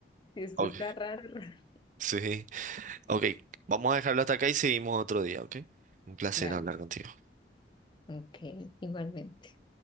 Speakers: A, on the left (about 25°); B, on the right (about 45°).
A: Si esto
B: Ok,
A: está raro. raro.
B: sí. Ok, vamos a dejarlo hasta acá y seguimos otro día, ¿ok? Un placer
A: Dale.
B: hablar contigo.
A: Ok, igualmente.